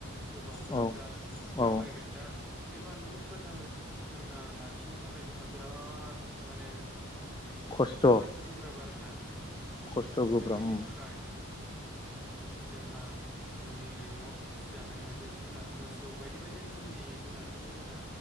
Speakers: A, in the centre; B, on the left.
A: होबावगोन
B: औ
A: दा बेयाव
B: औ
A: गायगोन दा बे बानलुखौ फोथांनो फोथांना लाखिनो थाखाय जोंहा बिराद माने
B: खस्थ'
A: बे जोबोर
B: औ
A: गोब्राब आरोना
B: खस्थ' गोब्राब
A: जों बिनि
B: उम
A: थाखाय जोंहा जोंनिनो न'आव फिजानाय मासे जुनार मोसौ बायदि बायदि रोखोमनि जुनारफोरनि जोंहा